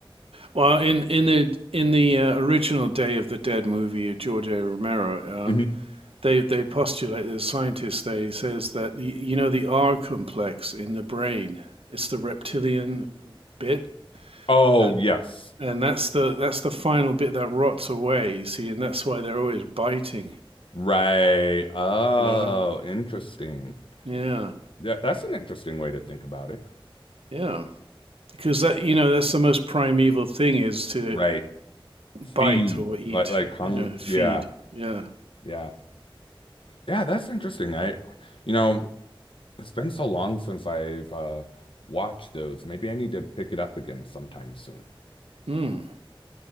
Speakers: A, on the right; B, on the left.
A: well, in in the in the uh, original Day of the Dead movie, of George A. Romero,
B: hmm
A: um, they they postulate the scientist. They says that the you know the R complex in the brain, it's the reptilian bit
B: Oh,
A: that,
B: yes.
A: and that's the that's the final bit that rots away. You see, and that's why they're always biting.
B: Right. Oh,
A: You know,
B: interesting.
A: Yeah,
B: Yeah, that's an interesting way to think about it.
A: yeah. Because that, you know, that's the most primeval thing is to
B: Right.
A: bite
B: Feed.
A: or eat,
B: Like like hung
A: you know, feed.
B: yeah.
A: Yeah.
B: Yeah. Yeah, that's interesting. I you know, it's been so long since I've uh watched those. Maybe I need to pick it up again sometime soon.
A: Mm.